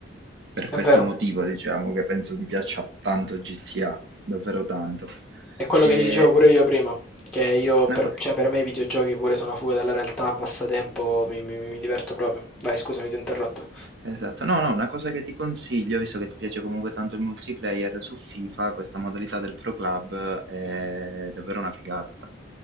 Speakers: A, on the right; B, in the centre.
A: per
B: è
A: questo
B: vero.
A: motivo diciamo che penso mi piaccia tanto GTA, davvero tanto.
B: È quello
A: E
B: che ti dicevo pure io prima, che io per,
A: una co-
B: cioè, per me i videogiochi pure sono fuga dalla realtà, un passatempo, mi, mi- mi- mi diverto proprio. Vai, scusami, ti ho interrotto.
A: Esatto. No, no, una cosa che ti consiglio, visto che ti piace comunque tanto il multiplayer, su FIFA questa modalità del Pro Club eh, è davvero una figata,